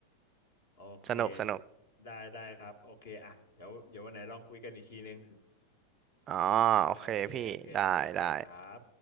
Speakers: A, on the left; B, on the right.
A: โอเค
B: สนุกสนุก
A: ได้ได้ครับโอเคอ่ะเดี๋ยวเดี๋ยววันไหนลองคุยกันอีกทีนึง
B: อ๋อโอเคพี่ได้ได้
A: อ่าโอเคโอเคเจอกันครับ